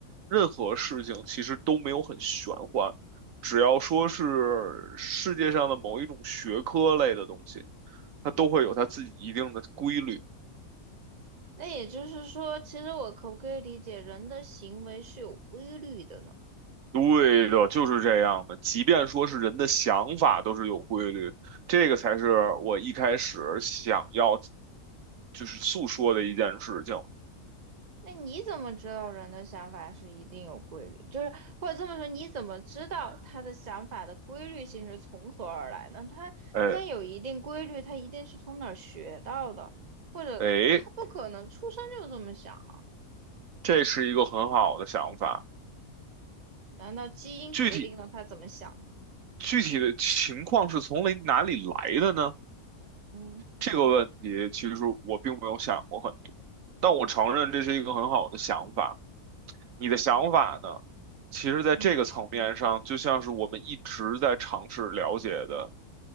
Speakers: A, on the right; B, on the right.
A: 任何事情其实都没有很玄幻，只要说是世界上的某一种学科类的东西，它都会有它自己一定的规律。
B: 那也就是说，其实我可不可以理解人的行为是有规律的呢？
A: 对的，就是这样的。即便说是人的想法都是有规律，这个才是我一开始想要就是诉说的一件事情。
B: 那你怎么知道人的想法是一定有规律？就是或者这么说，你怎么知道他的想法的规律性是从何而来呢？他既然有一定规律，
A: 哎
B: 他一定是从哪儿学到的，或者他不可能出生就这么想啊？
A: 哎，这是一个很好的想法。
B: 难道基因决定了他怎么想的吗？
A: 具体具体的情况是从哪哪里来的呢？
B: 嗯
A: 这个问题其实我并没有想过很多，但我承认这是一个很好的想法。你的想法呢？其实，在这个层面上，
B: 嗯，
A: 就像是我们一直在尝试了解的。